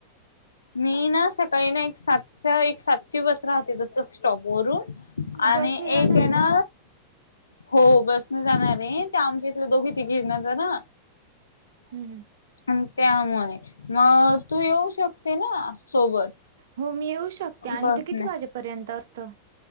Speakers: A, on the left (about 80°); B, on the right (about 65°).
A: मी ना सकाळी ना एक सातच्या एक सातची बस राहते तस स्टॉपवररून
B: तू
A: आणि
B: बसने
A: एक
B: जाणार
A: आहे ना
B: का
A: हो बसन जाणार आहे ते आमच्या इथले दोघी तिघे ना ज ना
B: हम्म
A: आणि त्यामुळे मग तू येऊ शकते ना सोबत
B: हो मी येऊ शकते आणि
A: बस
B: ते किती
A: नाही
B: वाजेपर्यंत असतं